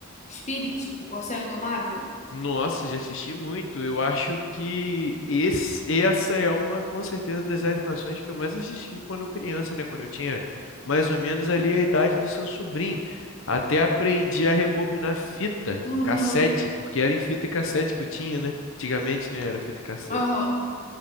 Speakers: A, on the left (about 30°); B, on the left (about 60°).
A: Spirit, O Corcel Indomável.
B: Nossa, já assisti muito. Eu acho que esse, essa é uma, com certeza, das animações que eu mais assisti quando criança, né? Quando eu tinha mais ou menos ali a idade do seu sobrinho. Até aprendi a rebobinar fita,
A: Aham,
B: cassete, porque era em fita cassete que eu tinha, né? Antigamente, né? Era fita cassete.
A: aham.